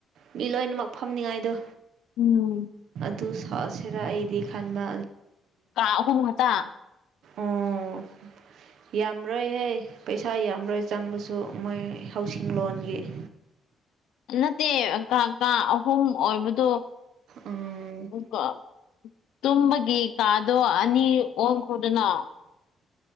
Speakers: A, on the right; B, on the left.
A: ꯃꯤ ꯂꯣꯏꯅꯃꯛ ꯐꯝꯅꯤꯉꯥꯏꯗꯣ
B: ꯎꯝ
A: ꯑꯗꯨꯨ ꯁꯥꯁꯦꯔ ꯑꯩꯗꯤ ꯈꯥꯟꯕ
B: ꯀꯥ ꯑꯍꯨꯝ ꯈꯛꯇ
A: ꯎꯝ ꯌꯥꯝꯔꯣꯏꯍꯦ ꯄꯩꯁꯥ ꯌꯥꯝꯔꯣꯏ ꯆꯪꯕꯁꯨ ꯃꯣꯏ ꯍꯧꯁꯤꯡꯂꯣꯟꯒꯤ <unintelligible>
B: ꯅꯠꯇꯦ ꯀꯥ ꯀꯥ ꯑꯍꯨꯝ ꯑꯣꯏꯕꯗꯣ
A: ꯎꯝ
B: <inaudible> ꯇꯨꯝꯕꯒꯤ ꯀꯥꯗꯣ ꯑꯅꯤ ꯑꯣꯟꯈ꯭ꯔꯣꯗꯅ